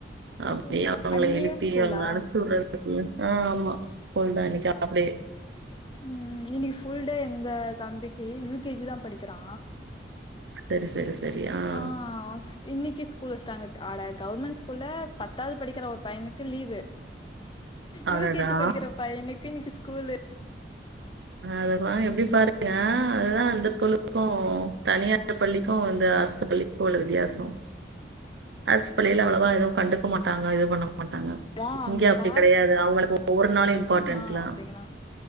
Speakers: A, on the right (about 75°); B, on the left (about 25°).
A: அப்டி
B: ஓ
A: அவங்கள
B: அங்கேயு
A: எழுப்பி
B: ஸ்கூலா
A: அவங்கள அனும்ச்சிட்றதுகுள்ள ஆ ஆமா ஸ்கூல் தா இன்னைக்கு ஆஃப் டே
B: ம் இன்னைக்கி ஃபுல்டே எங்க தம்பிக்கு யு கே ஜி தா படிக்கிறா
A: சரி சரி சரி ஆஹ்
B: ஆ இன்னிக்கி ஸ்கூல் வெஸ் ட்டாங்க ஆட கவர்மெண்ட் ஸ்கூல்ல பத்தாவது படிக்கிற ஒரு பையனுக்கு லீவு யூ
A: அடடா
B: கே ஜி படிக்கிற பையனுக்கு இன்னைக்கி ஸ் கூலு
A: அத பாருங்க எப்டி பாருங்க அதுதா இந்த ஸ்கூலுக்கு தனியார் பள்ளிக்கு இந்த அரசு பள்ளிக்கு உள்ள வித்தியாசோ அரசு பள்ளியில அவ்வளவா எதுவு கண்டுக்க மாட்டாங்க இது பண்ண மாட்டாங்க
B: மா அங்க
A: இங்க அப்டி
B: பாரு
A: கெடையாது அவங்களுக்கு ஒவ்வொரு நாளு
B: <unintelligible>
A: இம்பார்ட்டன்ட்லா
B: மா அப்டிங்கிறா